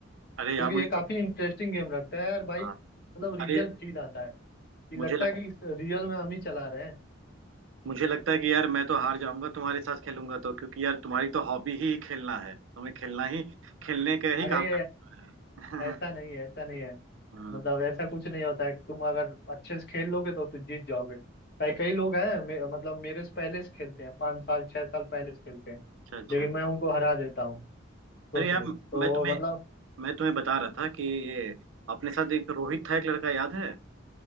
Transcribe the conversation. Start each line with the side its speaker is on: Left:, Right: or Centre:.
Left: क्योंकि
Right: अरे यार मुझे
Left: ये काफी
Right: तो
Left: इंटरेस्टिंग गेम लगता है यार भाई
Right: हाँ
Left: मतलब रियल
Right: अरे
Left: फील आता है कि लगता
Right: मुझे लग
Left: है कि रियल में हम ही चला रहे हैं
Right: मुझे लगता है कि यार मैं तो हार जाऊंगा तुम्हारे साथ खेलूंगा तो क्योंकि यार तुम्हारी तो हॉबी ही खेलना है तुम्हें खेलना ही खेलने का
Left: अरे
Right: ही काम करते हो यार
Left: ऐसा
Right: <laughs>
Left: नहीं है ऐसा नहीं है
Right: हाँ,
Left: मतलब ऐसा कुछ नहीं होता है कि तुम अगर अच्छे से खेल लोगे तो तुम जीत जाओगे कई कई लोग हैं मे, मतलब मेरे से पहले से खेलते हैं पाँच साल छह साल पहले से खेलते हैं
Right: अच्छा अच्छा
Left: लेकिन मैं उनको हरा देता हूँ सोच
Right: अरे यार
Left: लो तो
Right: मैं तुम्हें
Left: मतलब
Right: मैं तुम्हें बता रहा था कि ये अपने साथ एक रोहित था एक लड़का याद है